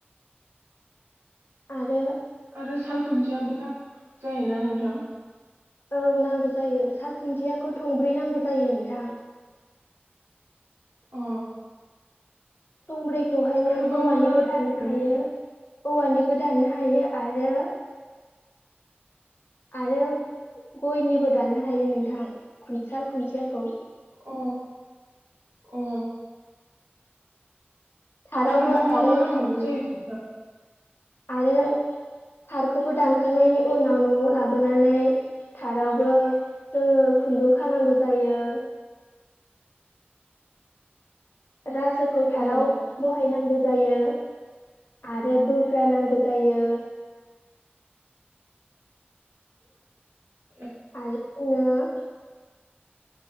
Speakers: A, on the left; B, on the right.
A: आरो
B: आरो साल खुन्थियाबो नांगौ जायोना नोंथां?
A: औ नांगौ जायो साल खुन्थियाखौ थंब्रै नांगौ जायो नोंथां।
B: अ।
A: थंब्रै खौहाय नों
B: आरोबाव
A: औवानिबो
B: मा मा नां
A: दाननो हायो। औवानिबो दाननो हायो आरो आरो गयनिबो दाननो हायो नोंथां खुन साल खुन्थियाखौ।
B: अ अ।
A: थारावबो
B: आरोबाव मामा
A: आरो
B: नांबावगौ जायो <unintelligible>
A: आरो थारखौबो दानखांनायनि उनाव न'आव लाबोनानै थारावबो जोङो खुन्दुं खानांगौ जायो। रासोखौ थाराव
B: अ
A: बहायनांगौ जायो आरो बोग्रा नांगौ जायो।
B: <inaudible>
A: आरो <unintelligible>